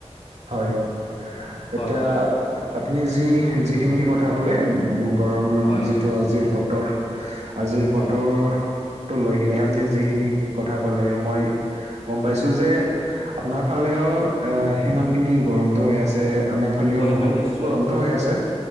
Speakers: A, on the right; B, on the left.
A: হয় এতিয়া
B: হয় হয়
A: আপুনি যি যিখিনি কথা কলে উ গৰম
B: হয়
A: যিটো আজিৰ বতৰ আজিৰ বতৰ
B: হয়
A: টো লৈ কিনে আপুনি যিখিনি কথা কলে মই গম পাইছো যে আপোনাৰ ফালে অ সিমান খিনি গৰমতো হৈ আছে আমাৰ ফালেও
B: হয়
A: বহুত
B: হয় নিশ্চয়
A: গৰমটো হৈ আছে